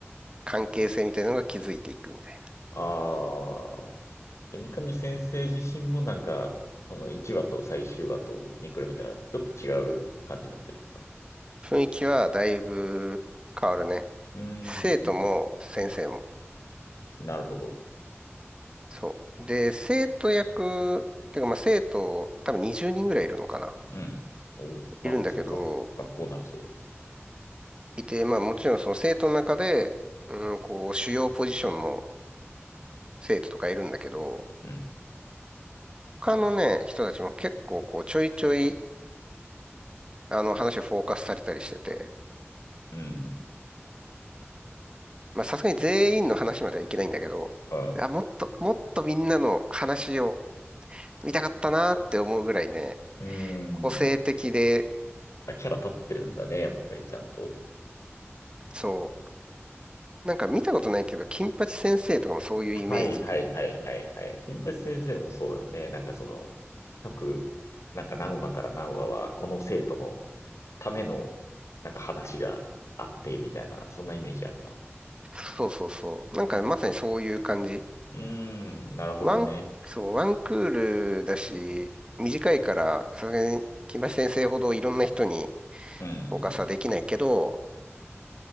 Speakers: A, on the right; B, on the left.
A: 関係性みたいなのが築いていくみたいな。
B: ああ、三上先生自身もなんか、その1話と最終話と見比べたらちょっと違う感じになってるのか。
A: 雰囲気はだいぶ変わるね。
B: うーん、
A: 生徒も先生も。
B: なるほど。
A: そう。で、生徒役、てかまあ生徒、多分20人ぐらいいるのかな。
B: うん。おい、まあまあそうか。
A: いるんだけど、
B: 学校ならそうだよね。
A: いて、まあもちろんその生徒の中で、うん、こう、主要ポジションの生徒とかいるんだけど、
B: うん、
A: 他のね、人たちも結構こう、ちょいちょい、あの、話をフォーカスされたりしてて、
B: うん、うん。
A: まあ、さすがに全員の話まではいけないんだけど、
B: あ、
A: あ、もっと、もっとみんなの話を見たかったなって思うぐらいね、
B: うーん。
A: 個性的で、
B: あキャラ立ってるんだね、やっぱりちゃんと。
A: そう、なんか見たことないけど、金八先生とかもそういうイメージ。
B: はいはいはいはいはい。金八先生もそうだよね。なんかその、各、なんか何話から何話は、この生徒のための、なんか話があって、みたいな、そんなイメージあるな。
A: そうそうそう。なんかまさにそういう感じ。
B: うーん、なるほどね。
A: ワン、そう、ワンクールだし、短いから、さすがに金八先生ほどいろんな人に
B: うん、
A: フォーカスはできないけど、